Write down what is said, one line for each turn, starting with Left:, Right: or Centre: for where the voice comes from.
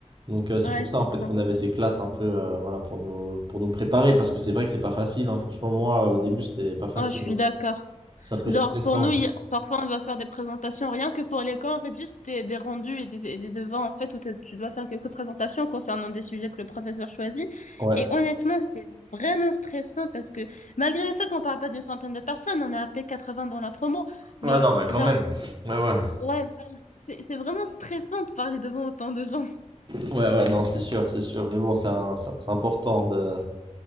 Right: Donc, euh, c'est
Left: Ouais,
Right: pour
Left: je
Right: ça,
Left: comprends.
Right: en fait, qu'on avait ces classes un peu, euh, voilà, pour nous, pour nous préparer, parce que c'est vrai que c'est pas facile, hein. Franchement, moi, au début, c'était pas facile,
Left: Oh, je suis
Right: hein.
Left: d'accord.
Right: Ça peut
Left: Genre,
Right: être stressant.
Left: pour nous, il y a- parfois, on doit faire des présentations, rien que pour l'école, en fait, juste des, des rendus et des, et des devants, en fait, où t'as- tu dois faire quelques présentations concernant des sujets que le professeur choisit.
Right: Ouais.
Left: Et honnêtement, c'est vraiment stressant parce que, malgré le fait qu'on parle pas d'une centaine de personnes, on est à p 80 dans la promo,
Right: Ouais,
Left: mais
Right: non, mais quand
Left: genre,
Right: même. Ouais, ouais.
Left: ouais, voilà. c'est, c'est vraiment stressant de parler devant autant de gens, <laughs>
Right: Ouais, ouais, non, c'est sûr, c'est sûr. Mais bon, c'est un- c'est c'est important de,